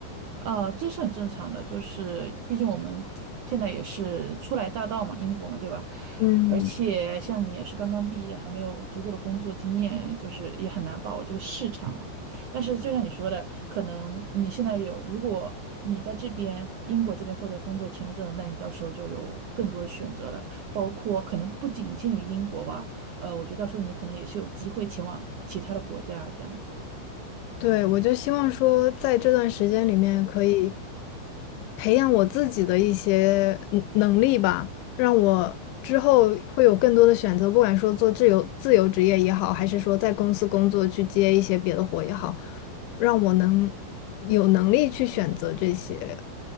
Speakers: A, on the right; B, on the left.
A: 呃，这是很正常的，就是毕竟我们现在也是初来乍到嘛，英国嘛，对吧？
B: <laughs> 嗯。
A: 而且像你也是刚刚毕业，还没有足够的工作经验，就是也很难把握这个市场哦但是就像你说的，可能你现在有，如果你在这边英国这边获得工作签证，那你到时候就有更多的选择了，包括可能不仅限于英国吧，呃，我觉得到时候你可能也是有机会前往其他的国家这样子。
B: 对，我就希望说，在这段时间里面，可以培养我自己的一些嗯能力吧，让我之后会有更多的选择，不管说做自由自由职业也好，还是说在公司工作去接一些别的活也好，让我能有能力去选择这些